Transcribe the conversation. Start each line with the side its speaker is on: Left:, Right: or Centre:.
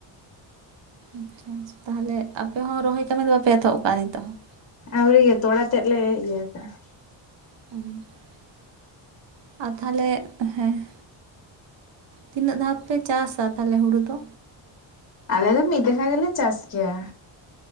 Right: ᱟᱪᱪᱷᱟ ᱟᱪᱪᱷᱟ ᱛᱟᱦᱟᱞᱮ ᱟᱯᱮ ᱦᱚᱸ ᱨᱚᱦᱚᱭ ᱠᱟᱹᱢᱤ ᱫᱚ ᱵᱟᱯᱮ ᱮᱛᱚᱦᱚᱵ ᱠᱟᱜᱟ ᱱᱤᱛᱳᱜ ᱦᱚᱸ?
Left: ᱟᱣᱨᱤ ᱜᱮ ᱛᱚᱲᱟ ᱛᱮᱫ ᱞᱮ ᱤᱭᱟᱹ ᱠᱟᱜᱟ᱾
Right: <unintelligible> ᱟ ᱛᱟᱦᱟᱞᱮ ᱦᱮᱸ ᱛᱤᱱᱟᱹᱜ ᱫᱷᱟᱣ ᱯᱮ ᱪᱟᱥᱟ ᱛᱟᱦᱟᱞᱮ ᱦᱩᱲᱩ ᱫᱚ?
Left: ᱟᱞᱮ ᱫᱚ ᱢᱤᱫ ᱫᱮᱠᱷᱟ ᱜᱮᱞᱮ ᱪᱟᱥ ᱜᱮᱭᱟ᱾